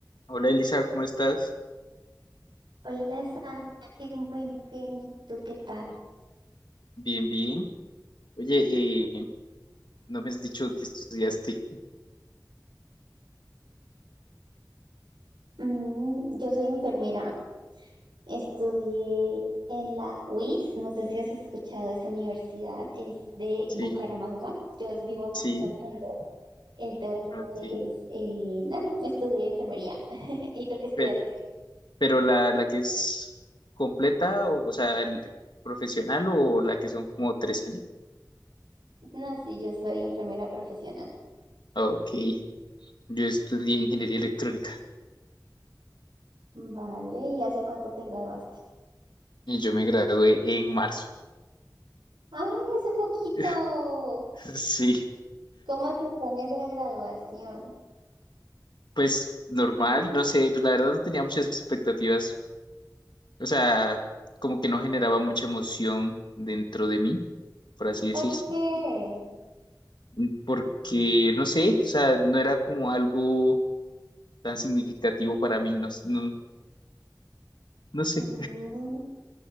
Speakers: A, on the left; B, on the right.
A: Hola Elisa, ¿cómo estás?
B: Hola Santi, muy bien. ¿Y tú qué tal?
A: Bien, bien. Oye, eh, no me has dicho que estudiaste.
B: Mm, yo soy enfermera. Estudié en la UIS. No sé si has escuchado de esa universidad. Es de
A: Sí,
B: Bucaramanga. Yo es- vivo acá
A: sí,
B: en Santander. Entonces,
A: ok.
B: eh, nada, estudié enfermería. <laughs> ¿Y tú qué estudiaste?
A: Pero, pero la, la que es completa, o, o sea, el profesional o la que son como tres años.
B: No, sí, yo soy enfermera profesional.
A: Ok, yo estudié ingeniería electrónica
B: Vale, ¿y hace cuánto te graduaste?
A: y yo me gradué en marzo.
B: ¡Ay, hace poquito!
A: <laughs> Sí,
B: ¿Cómo te fue en esa graduación?
A: pues normal, no sé, pues la verdad no tenía muchas expectativas, o sea, como que no generaba mucha emoción dentro de mí, por así
B: ¿Por
A: decir.
B: qué?
A: mm, porque no sé, o sea, no era como algo tan significativo para mí, no, s- no, no sé.
B: Mm,